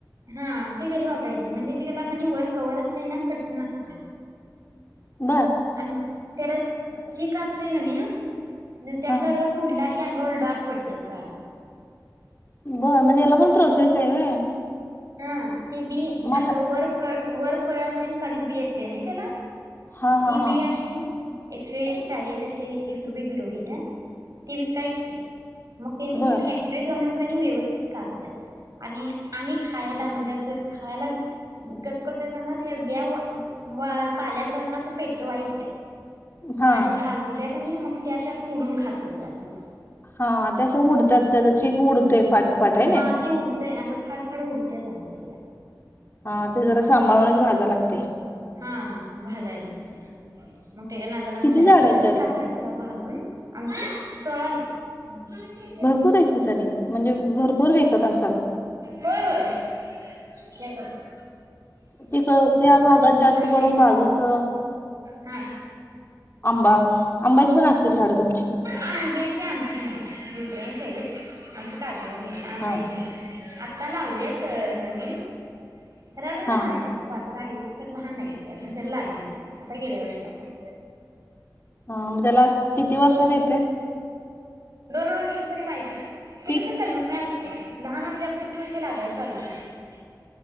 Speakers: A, on the right; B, on the left.
A: हा ते घरी वापराय येत नाय म्हणजे त्येला कणी वर कवर असतय ना कटीन असतय.
B: बरं
A: आणि त्याला चिक असतोय काणी त्यातला
B: हा
A: रस उडला की अंगावर डाग पडत्यात काळा
B: बरं म त्याला पण प्रोसेस हाय व्हय.
A: हा ते बी
B: मला
A: असं वर फळ, वर फळ असतय आणि खाली बी असतय नय त्याला
B: हा हा
A: ती
B: हा
A: बी अशी एकशे चाळीस एकशे तीस रुपये किलो घेत्या. ती विकायची. मग त्यांनी
B: बर
A: ती फॅक्टरीत घालून कणी व्यवस्थित काढत्यात आणि आम्ही खायला म्हणजे असं खायला कसं करतोय सांगा त्या ब्या वा पाल्यात घालून अशा पेटवायच्या
B: हा
A: आणि भाजल्या का नय मग त्याच्या फोडून खातय त्या आतल्या
B: हा ते अशा उडतात त्या चीक उडतय फाटफाट हाय नी
A: हा उडतंय ते अशा फाड फाड उडत्यात आहो त्या ब्या
B: हा ते जरा सांभाळूनच भाजावं लागतय.
A: हा भाजाय लागतंय मग त्याच्या नादाला आम्ही
B: किती
A: लागे
B: झाड आहेत
A: आम्ही
B: तरी
A: खाते त्याला भाजून आमचे सोळा आहीत. हूं
B: रपूर हाईत की तरी म्हणजे भरपूर विकत असाल
A: होय होय. हे करतोय.
B: तिकड त्या भागात जास्त
A: आईला
B: करून
A: विचार
B: काजूच
A: हा
B: आंबा आंब्यांची पण असतील झाडं तुमची
A: आंब्याची आमची नाहीत दुसऱ्यांच्या हाईत आमची काजूं वाणी आहेत आंब्याची
B: हा
A: नाय. आता लावल्यात नवीन, खरं अजून लहान
B: हा
A: हाईत. पाचं सहा हाईत, खरं लहान हाईत ती, अजून त्याला लागीत नाय आता गेल्या वर्षी लाव
B: हा म त्याला किती वर्षात येतय?
A: दोन वर्ष तरी पाहिजे, ते
B: पीक
A: कसं कलमी असतय. लहान असल्यापासूनच ते लागाय चालू होत